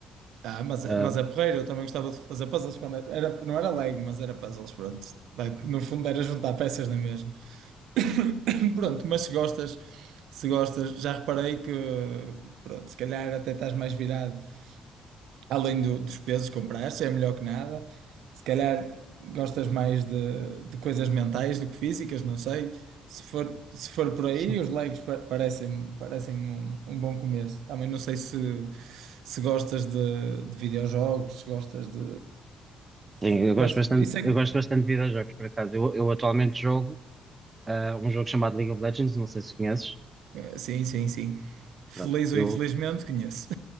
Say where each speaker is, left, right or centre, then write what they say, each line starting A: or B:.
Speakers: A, on the right (about 75°); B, on the right (about 30°).
A: Ah, mas
B: Ah,
A: é, mas é porreiro, eu também gostava de fazer puzzles quando era, era- não era Lego, mas era puzzles, pronto. Vai, No fundo era juntar peças, não é mesmo? <coughs> Pronto, mas se gostas, se gostas, já reparei que, pronto, se calhar até estás mais virado. Além do- dos pesos que compraste, é melhor que nada. Se calhar gostas mais de, de coisas mentais do que físicas, não sei. Se for, se for por aí,
B: sim,
A: os Legos pa- parecem, parecem um, um bom começo. Também não sei se, se gostas de, de videojogos, se gostas de.
B: sim,
A: se-
B: eu gosto
A: Mas
B: bastante,
A: isso é.
B: eu gosto
A: que-
B: bastante de videojogos, por acaso. Eu, eu atualmente jogo ah, um jogo chamado League of Legends, não sei se conheces.
A: eh, Sim, sim, sim. Feliz
B: Pronto, eu
A: ou infelizmente, conheço.